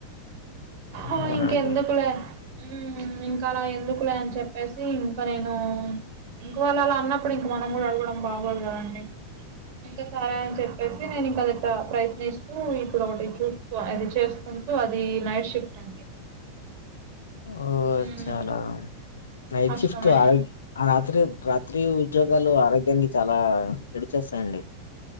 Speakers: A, on the right (about 45°); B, on the left (about 70°).
A: ఓ
B: అవునా
A: ఇంకెందుకులే
B: అండి
A: ఉమ్మ్ ఇంక అలా ఎందుకులే అని చె పెసి ఇంకా నేనూ ఇంకొ వాళ్ళు అలా అన్నప్పుడు ఇంక మనం గుడా అడగడం బాగోదు కదండి ఇంకా సరే అని చెప్పేసి నేను ఇంక అదట ప్రయత్నిస్తూ ఇప్పుడు ఒకటి చూ స్తూ అది చేసుకుంటూ అది నైట్ షిఫ్ట్ అండి
B: ఓ
A: ఉమ్
B: చాలా నైట్
A: కష్టమే
B: షిఫ్ట్ ఆరో అత్రి రాత్రి ఉద్యోగాలు ఆరోగ్యానికి చాలా చెడు చేస్తాయండి